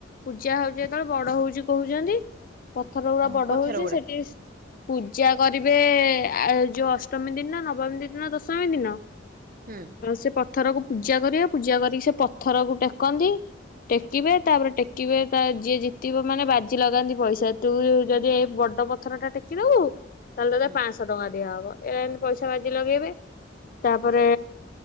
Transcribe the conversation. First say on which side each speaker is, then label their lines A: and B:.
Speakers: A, on the left; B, on the right.
A: ପୂଜା ହଉଚି ଯେତେବେଳେ ବଡ ହଉଚି କହୁଚନ୍ତି ପଥର ଗୁଡା
B: ଓହୋ
A: ବଡ
B: ପଥର
A: ହଉଚି
B: ଗୁଡା
A: ସେଠି ପୂଜା କରିବେ ଯୋଉ ଅଷ୍ଟମୀ ଦିନ ନବମୀ ଦିନ ଦଶମୀ ଦିନ।
B: ହୁଁ।
A: ଆଉ ସେ ପଥରକୁ ପୂଜା କରିବେ ପୂଜା କରିକି ସେ ପଥରକୁ ଟେକନ୍ତି। ଟେକିବେ ତାପରେ ଟେକିବେ ତା ଯିଏ ଜିତିବ ମାନେ ବାଜି ଲଗାନ୍ତି ପଇସା ତୁ ଯଦି ଏ ବଡ ପଥର ଟା ଟେକିଦବୁ ତାହେଲେ
B: ହୁଁ
A: ପାଂଶ ଶ ଟଙ୍କା ଦିଆହବ ଏତି ପଇସା ବାଜି ଲଗେଇବେ। ତାପରେ